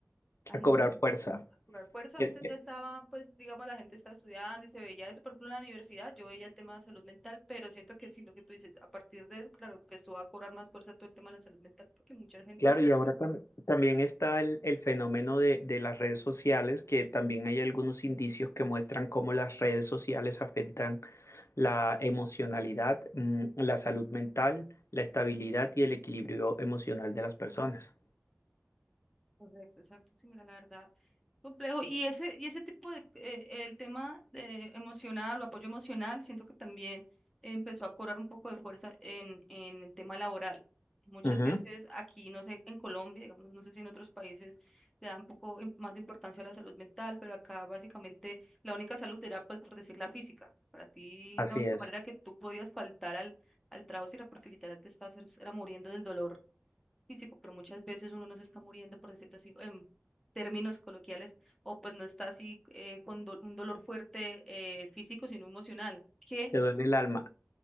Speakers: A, in the centre; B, on the left.
A: a
B: A
A: in-
B: cobrar fuerza.
A: a cobrar fuerza,
B: Es
A: antes
B: que-
A: ya estaba, pues digamos, la gente estaba estudiando y se veía eso, por ejemplo, en la universidad, yo veía el tema de salud mental, pero siento que sí, lo que tú dices, a partir de, claro, empezó a cobrar más fuerza todo el tema de la salud mental, porque mucha gente
B: Claro,
A: se enfermó
B: y ahora tam- también está el, el fenómeno de, de las redes sociales, que también hay algunos indicios que muestran cómo las redes sociales afectan la emocionalidad, mm, la salud mental, la estabilidad y el equilibrio emocional de las personas.
A: Correcto, exacto, sí, mira, la verdad, complejo. Y ese, y ese tipo de, eh, el tema de emocional o apoyo emocional, siento que también empezó a cobrar un poco de fuerza en, en el tema laboral. Muchas
B: Ujú,
A: veces aquí, no sé, en Colombia, digamos, no sé si en otros países le dan un poco im- más importancia a la salud mental, pero acá básicamente la única salud era, pues, por decir, la física. Para ti,
B: Así
A: la única
B: es,
A: manera que tú podías faltar al, al trabajo era porque literal te estabas, era muriendo del dolor físico, pero muchas veces uno no se está muriendo, por decirlo así, en términos coloquiales, o pues no está así eh, con do- un dolor fuerte eh, físico, sino emocional, que
B: te duele el alma.